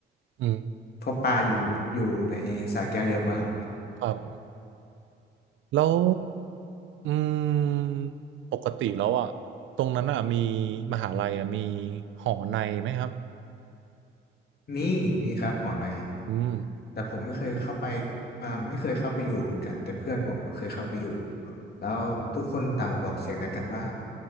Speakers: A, on the right; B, on the left.
A: อืม
B: เพราะปลาอยู่อยู่ในสระแก้วเยอะมาก
A: ครับแล้วอืมปกติแล้วอ่ะตรงนั้นอ่ะมีมหาลัยอ่ะมีหอในไหมครับ
B: มีมีครับหอใน
A: อืม
B: แต่ผมไม่เคยเข้าไปอ่าไม่เคยเข้าไปอยู่เหมือนกันแต่เพื่อนผมก็เคยเข้าไปอยู่แล้วทุกคนต่างบอกเสียงเดียวกันว่า